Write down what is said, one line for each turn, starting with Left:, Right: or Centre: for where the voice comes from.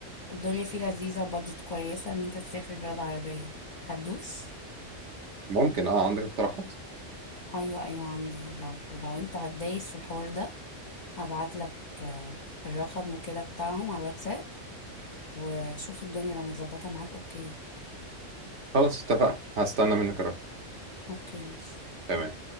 Left: الدنيا فيه لذيذة وبادجت كويسة ان انت تسافر بلاد عربية هتدوس
Right: ممكن أه عندك اقتراحات
Left: ايوه ايوه عندي لو لو انت دايس في الحوار ده هبعت لك آه، الرقم وكده بتاعهم على الواتساب وشوف الدنيا لو متظبطة معاك اوكي
Right: خلاص اتفقنا هستنى منك الرقم
Left: اوكي ماشي
Right: تمام